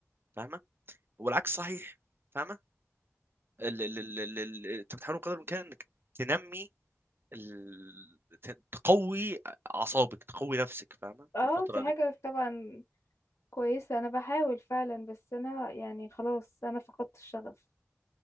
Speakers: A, on the right; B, on the left.
A: فاهمه والعكس صحيح فاهمه ال- ال- ال- ال- ال- انت بتحاول قدر الامكان انك تنمي ال... ت- تقوي اعصابك تقوي نفسك فاهمه
B: اه
A: في الفتره
B: دي
A: دي
B: حاجة طبعا كويسة انا بحاول فعلا بس انا يعني خلاص انا فقدت الشغف